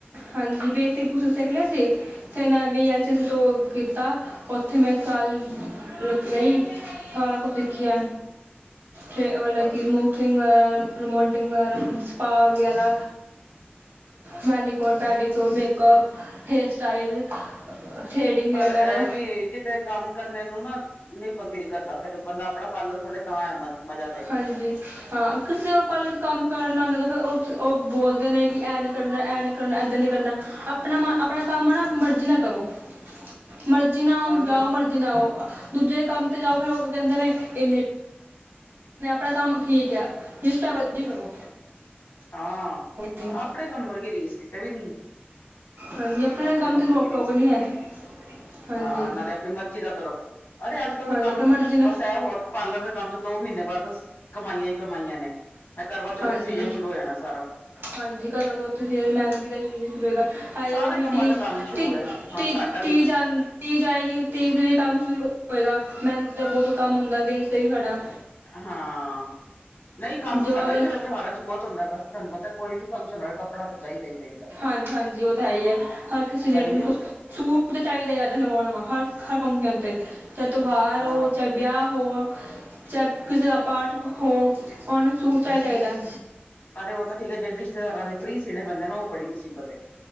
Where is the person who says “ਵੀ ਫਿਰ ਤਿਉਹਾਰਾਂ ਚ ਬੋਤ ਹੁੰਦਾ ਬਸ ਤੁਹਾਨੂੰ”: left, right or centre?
Left